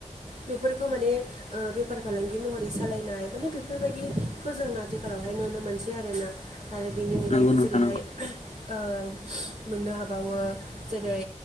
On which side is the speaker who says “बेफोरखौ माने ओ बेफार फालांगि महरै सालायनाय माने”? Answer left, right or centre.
Right